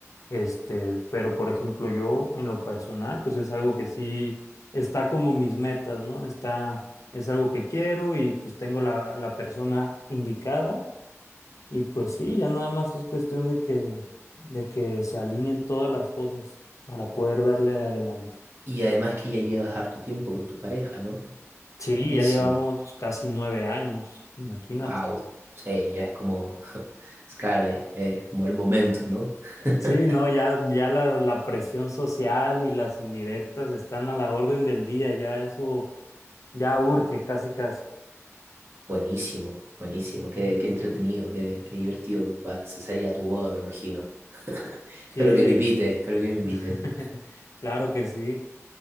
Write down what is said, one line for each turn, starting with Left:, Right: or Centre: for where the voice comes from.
Left: Este, pero por ejemplo, yo en lo personal, pues es algo que sí está como mis metas, ¿no? Está, es algo que quiero y pues tengo la, la persona indicada y pues sí, ya nada más es cuestión de que, de que se alineen todas las cosas para poder darle de adelante.
Right: Y además que ya llevas harto tiempo con tu pareja, ¿no?
Left: Sí,
Right: Buenísimo.
Left: ya llevamos casi nueve años, imagínate.
Right: Wow, sí, ya es como, <laughs> es claro, es, es como el momento, ¿no? <laughs>
Left: Sí, no, ya, ya la, la presión social y las indirectas están a la orden del día, ya eso ya urge casi casi.
Right: Buenísimo, buenísimo, qué, qué entretenido, qué, qué divertido. Va, se sería tu boda, me imagino. <laughs> Espero
Left: Sí,
Right: que me invites, espero que me invites.
Left: <laughs> claro que sí.